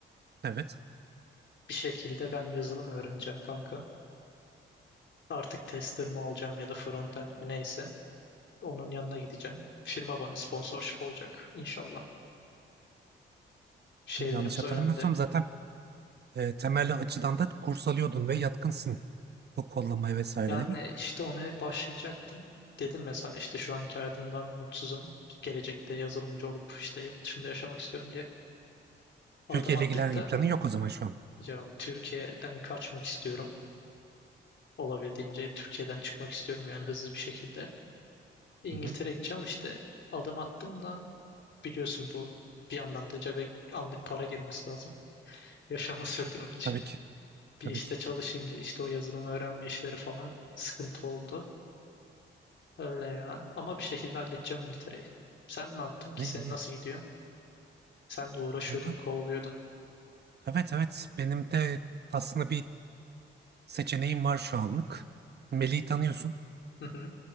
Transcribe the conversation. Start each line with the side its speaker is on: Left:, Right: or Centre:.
Right: Evet.
Left: Bir şekilde ben yazılım öğreneceğim kanka. Artık tester mi olacağım ya da front end mi neyse. Onun yanına gideceğim. Firma bana sponsorship olacak inşallah. Şeylerimiz
Right: Dün Yanlış hatırlamıyorsam
Left: o yönde.
Right: zaten e, temelli açıdan da kurs alıyordun ve yatkınsın. Bu kollamaya vesaire
Left: Yani
Right: değil mi?
Left: işte ona başlayacaktım. Dedim ya sana işte şu anki hayatımdan mutsuzum. Gelecekte yazılımcı olup işte yurt dışında yaşamak istiyorum diye adım
Right: Türkiye
Left: attık
Right: ile ilgilenen
Left: da
Right: bir planın yok o zaman şu an.
Left: ya Türkiye'den kaçmak istiyorum. Olabildiğince Türkiye'den çıkmak istiyorum yani hızlı bir şekilde. İngiltere'ye
Right: Hı hı.
Left: gideceğim işte adım attım da biliyorsun bu bir yandan da cebe anlık para girmesi lazım. <laughs> Yaşamı sürdürmek için.
Right: Tabii ki. Tabii
Left: Bir işte
Right: ki.
Left: çalışınca işte o yazılımı öğrenme işleri falan sıkıntı oldu. Öyle ya. Ama bir şekilde halledeceğim İngiltere'yi. Sen ne yaptın ki?
Right: Ne
Left: Senin
Right: iyi
Left: nasıl
Right: iyi
Left: gidiyor? Sen de uğraşıyordun,
Right: kanka.
Left: kovalıyordun.
Right: Evet evet benim de aslında bir seçeneğim var şu anlık. Melih'i tanıyorsun.
Left: Hı hı.